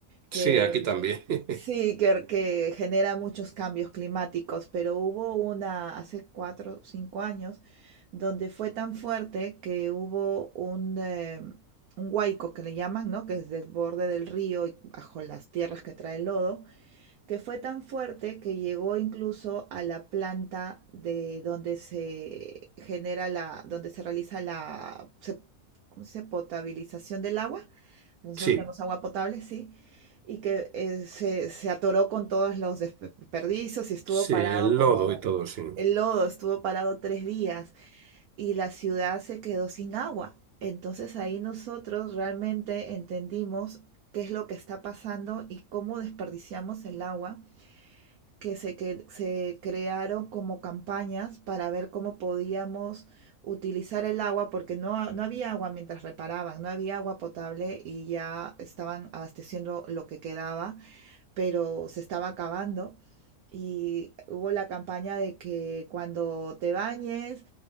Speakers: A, on the right (about 85°); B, on the right (about 55°).
A: que
B: Sí, aquí también. <laughs>
A: sí, que, que genera muchos cambios climáticos, pero hubo una hace cuatro o cinco años donde fue tan fuerte que hubo un, eh, un huaico que le llaman, ¿no? Que es del borde del río y bajo las tierras que trae el lodo, que fue tan fuerte que llegó incluso a la planta de donde se genera la, donde se realiza la, se- ¿cómo se dice? potabilización del agua nosotros
B: Sí,
A: tenemos agua potable, sí, y que eh, se, se atoró con todos los desperdicios y estuvo
B: sí,
A: parado
B: el
A: como
B: lodo y todo, sí.
A: el lodo, estuvo parado tres días y la ciudad se quedó sin agua. Entonces ahí nosotros realmente entendimos qué es lo que está pasando y cómo desperdiciamos el agua que se, que se crearon como campañas para ver cómo podíamos utilizar el agua, porque no, ha- no había agua mientras reparaban, no había agua potable y ya estaban abasteciendo lo que quedaba, pero se estaba acabando. Y hubo la campaña de que cuando te bañes,